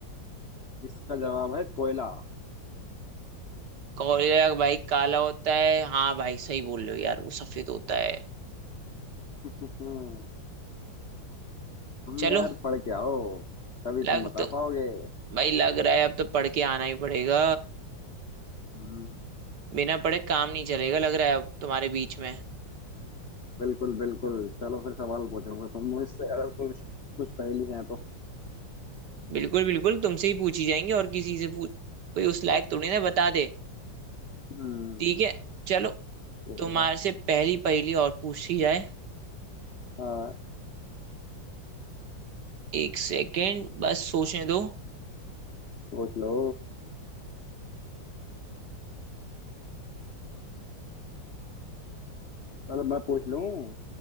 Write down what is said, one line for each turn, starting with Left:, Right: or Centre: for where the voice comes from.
Left: इसका जवाब है कोयला
Right: कोरिया का भाई काला होता है हाँ भाई सही बोल रहे हो यार वो सफेद होता है
Left: <laughs> तुम
Right: चलो
Left: यार पढ़ के आओ तभी
Right: लग
Left: तुम बता
Right: तो
Left: पाओगे
Right: भाई लग रहा है अब तो पढ़ के आना ही पड़ेगा
Left: हम्म,
Right: बिना पढ़े काम नहीं चलेगा लग रहा है अब तुम्हारे बीच में
Left: बिल्कुल बिल्कुल चलो फिर सवाल पूछो फिर तुम मुझसे अगर कुछ कुछ पहेली है तो
Right: बिल्कुल बिल्कुल तुमसे ही पूछी जाएंगी और किसी से पूछ कोई उस लायक थोड़ी ना बता दे
Left: हम्म
Right: ठीक है चलो
Left: ठीक
Right: तुम्हारे
Left: है
Right: से पहली पहली और पूछी जाए
Left: हाँ
Right: एक सेकेंड बस सोचने दो
Left: पूछ लो चलो मैं पूछ लूं